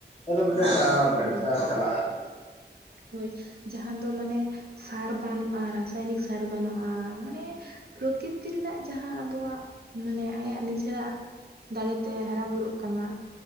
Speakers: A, on the left; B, on the right.
A: ᱟᱫᱚ ᱢᱮᱫᱴᱮᱱ ᱵᱮᱵᱽᱥᱟ
B: ᱦᱮᱸ
A: ᱪᱟᱞᱟᱜ-ᱟ ᱟᱨ
B: ᱦᱳᱭ ᱡᱟᱦᱟᱸ ᱫᱚ ᱢᱟᱱᱮ ᱥᱟᱨ ᱵᱟᱹᱱᱩᱜ-ᱟ ᱨᱟᱥᱟᱭᱱᱤᱠ ᱥᱟᱨ ᱵᱟᱹᱱᱩᱜ-ᱟ ᱢᱟᱱᱮ ᱯᱨᱚᱠᱤᱛᱤ ᱨᱮᱱᱟᱜ ᱡᱟᱦᱟᱸ ᱟᱵᱚᱣᱟᱜ ᱢᱟᱱᱮ ᱟᱭᱟᱜ ᱱᱤᱡᱮᱨᱟᱜ ᱫᱟᱲᱮᱛᱮ ᱦᱟᱨᱟ ᱵᱩᱨᱩᱜ ᱠᱟᱱᱟ᱾